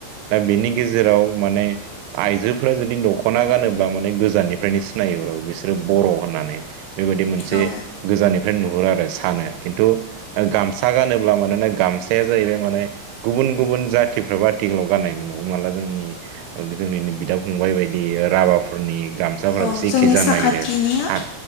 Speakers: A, on the right (about 85°); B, on the left (about 80°).
A: दा बेनि गेजेराव माने आइजोफोरा जुदि दख'ना गानोब्ला जो गोजाननिफ्रायनो सिनायहरो बिसोरो बर' होननानै बेबायदि मोनसे
B: औ
A: गोजान बेफ्राय नुहरो आरो सानो खिन्थु गामसा गानोब्ला मानोना गामसाया जाहैबाय माने गुबुन गुबुन गुबुन जाथिफ्राबो आथिखालाव गानाय नुनोमोनो हमना ला जोंनि जोंनिनो बिदा फंबाय बायदि हाबाफोरनि गामसाफोराबो
B: औ
A: जेखे
B: जोंनि
A: जानो
B: साखाथिनिया
A: नागिरो हा